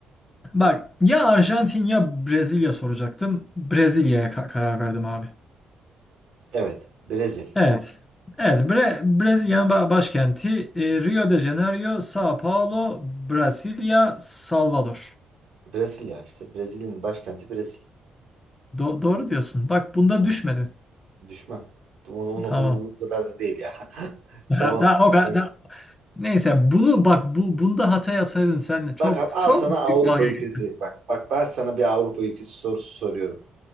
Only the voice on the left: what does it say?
Bak ya Arjantin ya Brezilya soracaktım. Brezilya'ya ka- karar verdim abi.
Evet. Evet, Bre Brezilya'nın ba- başkenti e, Rio de Janeiro, São Paulo, Brasilia, Salvador.
Do- doğru diyorsun. Bak bunda
düşmedin.
Tamam.
Daha,
daha o kadar.
daha- Neyse bunu bak bu bunda hata yapsaydın sen de çok
çok
büyük dalga
geçtin.